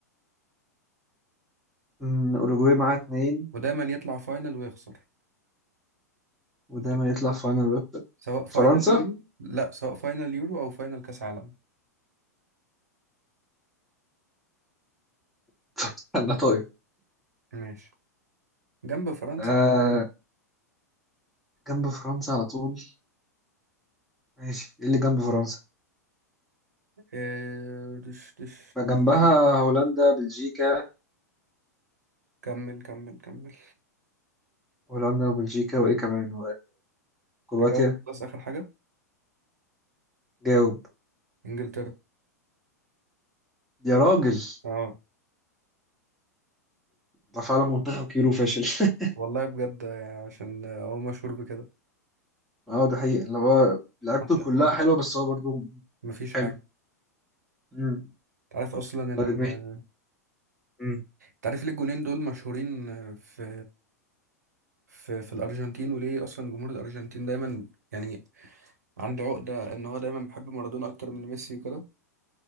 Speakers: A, in the centre; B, on the right.
A: أمم، أوروجواي معاه اتنين
B: ودايما يطلع فاينل ويخسر
A: ودايما
B: بتبقى
A: يطلع في فاينل بس
B: سواء فاينل
A: فرنسا
B: يورو لا سواء فاينل يورو او فاينل كاس عالم
A: <laughs> استنى طيب
B: ماشي جنب فرنسا
A: آه جنب فرنسا على طول ماشي ايه اللي جنب فرنسا
B: إيه دش دش
A: فجنبها هولندا بلجيكا
B: كمل كمل كمل
A: هولندا وبلجيكا وايه كمان وكرواتيا
B: أجاوب خلاص آخر حاجة
A: جاوب
B: إنجلترا
A: يا راجل
B: اه
A: ده فعلا منتخب كبير وفاشل <laughs>
B: والله بجد آه، عشان آه، هو مشهور بكده
A: اه ده حقيقة اللي هو لعبته
B: حتى
A: كلها
B: آه،
A: حلوة بس هو برضه
B: مفيش حاجة
A: حلو مم.
B: تعرف أصلا إن
A: طيب ماشي
B: آه،
A: مم.
B: تعرف ليه الجونين دول مشهورين آه، في في في الأرجنتين وليه أصلا جمهور الأرجنتين دايما يعني عنده عقدة إن هو دايما بيحب مارادونا أكتر من ميسي وكده